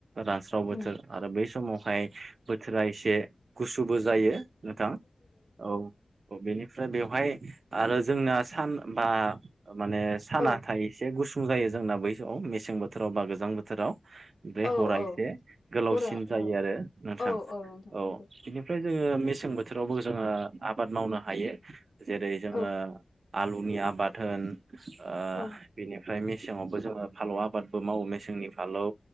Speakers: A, on the right (about 80°); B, on the left (about 80°).
A: रानस्राव बोथोर
B: उम
A: आरो बै समावहाय बोथोरा एसे गुसुबो जायो नोंथां औ बेनिफ्राय बेवहाय आरो जोंनाया सान बा माने साना
B: औ
A: थ एसे गुसुं जायो जोंना बै समआव मेसें बोथोराव बा गोजां बोथोराव। बेफ्राय
B: औ
A: हरा
B: औ
A: एसे गोलावसिन
B: हरा
A: जायो
B: औ
A: आरो नोंथां
B: औ नोंथां
A: औ
B: नंगौ
A: बिदिनो ओमफ्राय जोङो मेसें बोथोरावबो जोङो आबाद मावनो हायो जेरै जोङो
B: औ
A: ओ आलुनि आबाद होन ओ
B: औ
A: बेनिफ्राय मेसेंावबो जोङो फालौ आबादबो मावो मेसेंनि फालौ